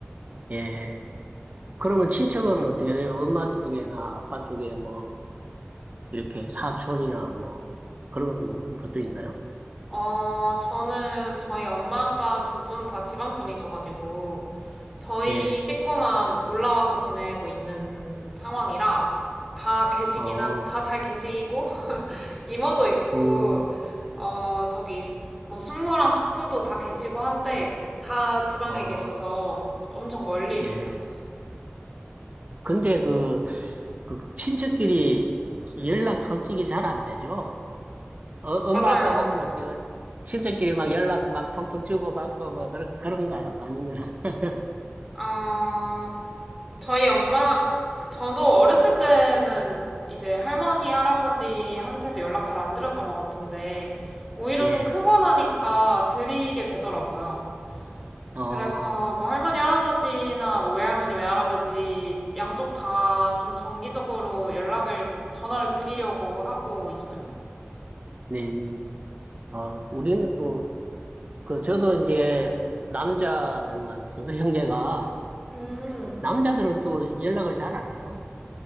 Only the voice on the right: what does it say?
예. 그러면 친척은 어떻게 돼요? 엄마 쪽에나 아빠 쪽에 뭐 이렇게 사촌이나 뭐 그런 것도 있나요?
예,
어,
음,
어,
예.
근데 그, 그 친척끼리 연락 솔직히 잘 안 되죠? 어, 엄마
아빠 보면 어때요? 친척끼리 막 연락 막 톡톡 주고받고 뭐 그런 그런가요? 아니면 <laughs>
예.
어,
네. 어, 우리는 또 그 저도 이제 남자들만 있어서 형제가
남자들은 또 연락을 잘 안 해요.